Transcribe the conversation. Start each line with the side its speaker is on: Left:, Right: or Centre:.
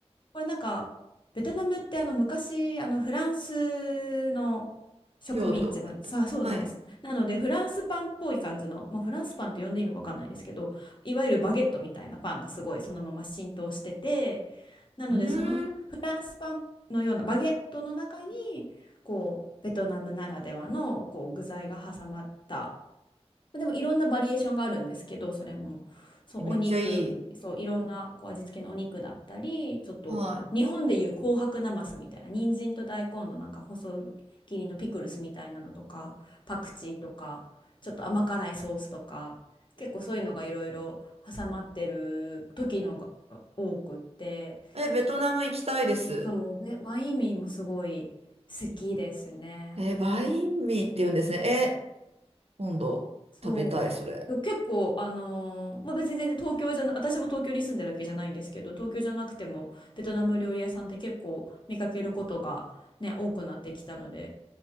Left: これなんか、ベトナムってあの昔、あのフランスの植民地の、
Right: 両党だった。
Left: さ、そうなんです。
Right: はい。
Left: なのでフランスパンっぽい感じの、まあ、フランスパンって呼んでいいのかわかんないんですけど、いわゆるバゲットみたいなパンがすごいそのまま浸透してて、なのでそのフランスパンのようなバゲットの中にこうベトナムならではのこう具材が挟まった
Right: うーん。
Left: でもいろんなバリエーションがあるんですけどそれもそうお肉そういろんなこう味付けのお肉だったりちょっと日本でいう紅白なますみたいな人参と大根のなんか細切りのピクルスみたいなのとかパクチーとかちょっと甘辛いソースとか結構そういうのがいろいろ挟まってる時のが多くって。
Right: えめっちゃいい。はい。え、ベトナム行きたいです。
Left: そう、べバインミーもすごい好きですね。
Right: えー、バインミーって言うんですね。えー、今度食べたい、
Left: そ
Right: それ。
Left: う。で結構、あのーまあ、別に全然東京じゃな、私も東京に住んでるわけじゃないんですけど、東京じゃなくてもベトナム料理屋さんって結構見かけることがね、多くなってきたので、